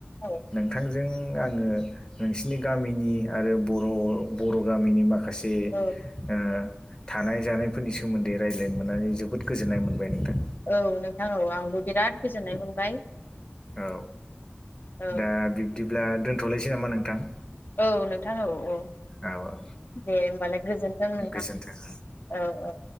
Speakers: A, on the left; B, on the left.
A: औ
B: नोंथांजों आङो नोंसिनि गामिनि आरो बर' बर' गामिनि माखा खासे
A: औ
B: ओ थानाय जानायफोरनि सोमोन्दै रायज्लायनो मोननानै जोबोद गोजोननाय मोनबाय नोंथां‌
A: औ नोंथां औ आंबो बिराद गोजोननाय मोनबाय
B: औ
A: औ
B: दा बि दिब्ला दोनथ'नोसै नामा नोंथां
A: औ नोंथां औ औ
B: औ औ
A: दे होमबालाय गोजोनथों नोंथां
B: गोजोन्थों
A: औ औ